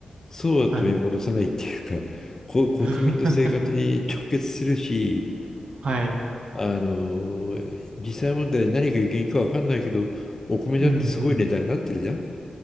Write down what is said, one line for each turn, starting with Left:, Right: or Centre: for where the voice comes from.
Left: そうは取り戻さないっていうか、
Right: はい。
Left: <laughs> こ国民の生活に直結するし、
Right: <laughs> はい。
Left: あの、実際問題何が原因かわかんないけど、お米だってすごい値段になってるじゃん。
Right: うんうん。